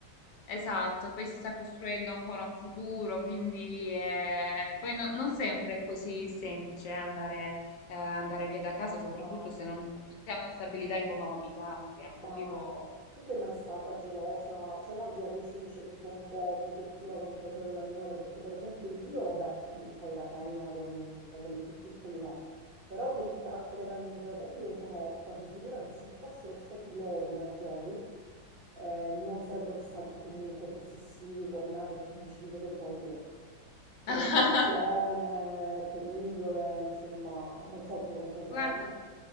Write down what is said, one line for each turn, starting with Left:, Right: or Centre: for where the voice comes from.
Left: Esatto, poi si sta costruendo ancora un futuro, quindi eh, poi no- non sempre è così semplice andare, eh, andare via da casa, soprattutto
Right: Ma
Left: se non, non si ha una stabilità economica, che è un motivo...
Right: Ma tu sei mai stata gelosa, cioè no, gelosa come si dice, tipo un po' protettiva con tua sorella minore? Perché per esempio io, vabbè, mh, poi da femmina con fratelli più piccoli no, però per il carattere che hanno i miei fratelli io sono quasi sicura che se fossero stati loro i maggiori, eh, non sarebbero stati comunque possessivi con me perché non ce li vedo proprio. Per
Left: <laughs>
Right: educazione, per indole, insomma, non so tu con tua sorella.
Left: Guarda,